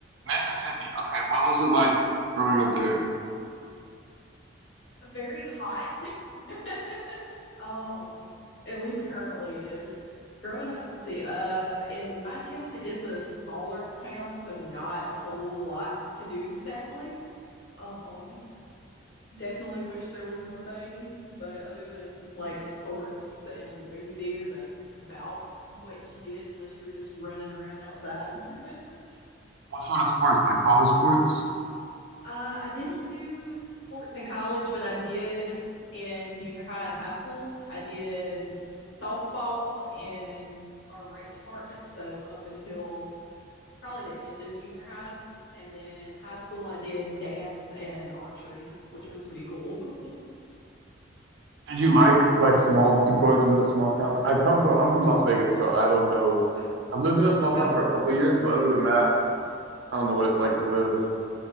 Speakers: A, on the right; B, on the left.
A: Mississippi. Okay, what was it like growing up there?
B: very hot. <laughs> Um, at least currently it is. Growing up, let's see, uh, in my town, it is a smaller town, so not a whole lot to do, sadly. Um, definitely wish there was more things, but other than like sports and movie theater, that's about what you did unless you were just running around outside. <laughs>
A: What sort of sports? Like college sports?
B: Uh, I didn't do sports in college, but I did in junior high and high school. I did softball in our rec department, so up until probably the end of junior high. And then high school, I did dance and archery, which was pretty cool. <laughs>
A: Did you like like small growing up in a small town? I come from I'm from Las Vegas, so I don't know.
B: Oh,
A: I've lived in a small town
B: oh.
A: for a couple of years, but other than that, I don't know what it's like to live